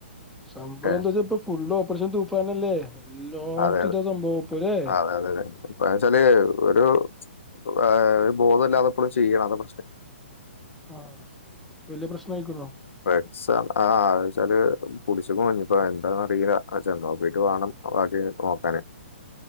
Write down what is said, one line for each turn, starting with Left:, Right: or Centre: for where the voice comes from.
Centre: സംഭവം
Left: ഏ
Centre: എന്താ വെച്ചാ ഇപ്പൊ ഫുള് ഓപ്പറേഷൻ തൂഫാനല്ലേ എല്ലായിടത്തും
Left: അതെ അതെ
Centre: ഇതാ സംഭവം ഇപ്പൊ അല്ലേ
Left: അതെ അതെ അതെ ഇപ്പ വെച്ചാല് ഒരു ഏ ഒരു ബോധം ഇല്ലാതെ ഇപ്പോളും ചെയ്യാണേ അതാണ്
Centre: ആ ഇത് വലിയ പ്രശ്നമായിക്കണോ
Left: പ്രശ്നം ആച്ചാല് <inaudible> കുടിച്ച്ക്ക്ണു ഞ് പ്പെന്താന്നറീല്ല ആ ചെന്നോക്കീട്ട് വാണം. ബാക്കി നോക്കാന്